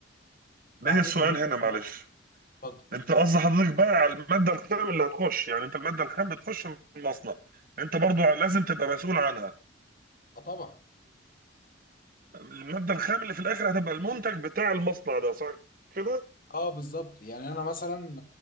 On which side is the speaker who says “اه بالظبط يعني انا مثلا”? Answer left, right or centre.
Left